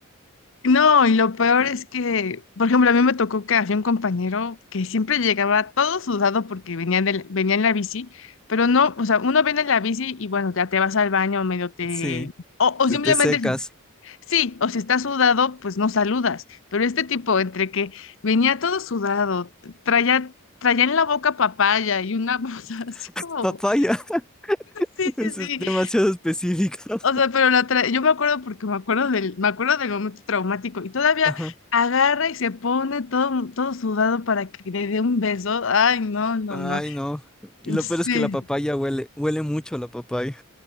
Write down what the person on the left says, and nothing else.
No, y lo peor es que, por ejemplo, a mí me tocó que había un compañero que siempre llegaba todo sudado porque venía, del- venía en la bici, pero no, o sea, uno viene en la bici y bueno, ya te vas al baño, medio te...
O, o
simplemente,
si- sí, o si estás sudado, pues no saludas, pero este tipo, entre que venía todo sudado, traía, traía en la boca papaya y una cosa <laughs> así
como,
sí,
sí, sí,
o sea, pero la tra- yo me acuerdo porque me acuerdo del, me acuerdo del momento traumático y todavía
agarra y se pone todo, todo sudado para que le dé un beso. Ay, no, no,
no.
Sí,